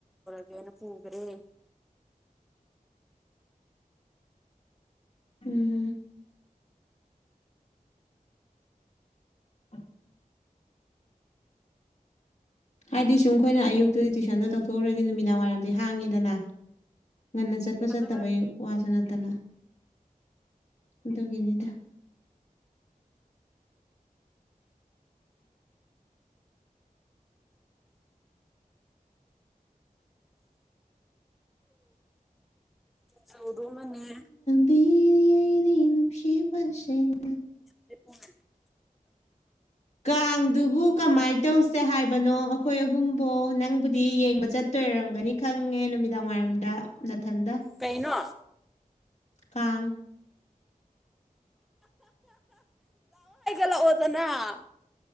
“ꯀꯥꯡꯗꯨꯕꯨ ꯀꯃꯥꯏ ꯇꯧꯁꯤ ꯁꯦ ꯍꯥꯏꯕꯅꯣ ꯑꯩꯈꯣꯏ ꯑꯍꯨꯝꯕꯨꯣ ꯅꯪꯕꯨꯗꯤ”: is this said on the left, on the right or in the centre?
Left